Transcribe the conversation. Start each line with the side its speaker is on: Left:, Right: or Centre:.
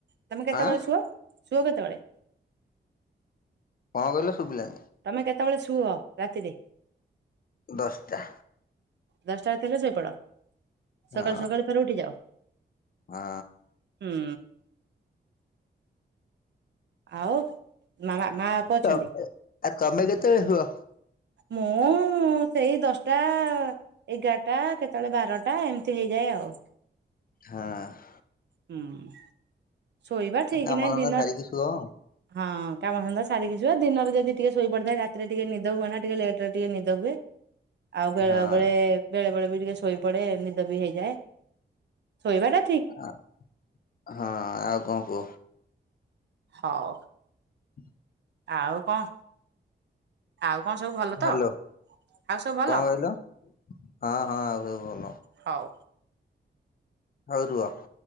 Right: ତମେ କେତେବେଳେ
Left: ଆଁ
Right: ଶୁଅ। ଶୁଅ କେତେବେଳେ?
Left: କଣ କହିଲ ଶୁଭିଲାନି?
Right: ତମେ କେତେବେଳେ ଶୁଅ ରାତିରେ?
Left: ଦଶଟା।
Right: ଦଶଟା ରାତି ହେଲେ ଶୋଇପଡ। ସକାଳୁ
Left: ହଁ
Right: ସକାଳୁ ଫେରେ ଉଠିଯାଅ,
Left: ହଁ
Right: ହୁଁ। ଆଉ ମାମା, ମା ବାପା
Left: ତ
Right: ଅଛନ୍ତି।
Left: ଆଉ ତମେ କେତେବେଳେ ଶୁଅ?
Right: ମୁଁ ସେଇ ଦଶଟା। ଏଗାରଟା କେତେବେଳେ ବାରଟା ଏମିତି ହେଇଯାଏ ଆଉ।
Left: ହଁ।
Right: ହୁଁ ଶୋଇବା ଠିକ୍
Left: କାମ
Right: ନାହିଁ।
Left: ଧନ୍ଦା
Right: ଦିନ
Left: ସାରିକି ଶୁଅ ଆଉ।
Right: ହଁ କାମଧନ୍ଦା ସାରିକି ଶୁଏ। ଦିନରେ ଯଦି ଟିକେ ଶୋଇ ପଡିଥାଏ ରାତିରେ ଟିକେ ନିଦ ହୁଏ ନା ଟିକେ ଲେଟରେ ଟିକେ ନିଦ ହୁଏ। ଆଉ ବେଳେବେଳେ
Left: ହଁ
Right: ବେଳେ ବେଳେ ବି ଟିକେ ଶୋଇପଡେ ନିଦ ବି ହେଇଯାଏ। ଶୋଇବାଟା
Left: ଆ ହଁ, ଆଉ କଣ କୁହ?
Right: ହଉ।
Left: ହଁ
Right: ଆଉ କଣ? ଆଉ କଣ ସବୁ ଭଲ
Left: ହ୍ୟାଲୋ
Right: ତ? ଆଉ ସବୁ ଭଲ।
Left: କଣ କହିଲ ହଁ ହଁ, ଆଉ ସବୁ ଭଲ।
Right: ହଉ।
Left: ହଉ ରୁହ।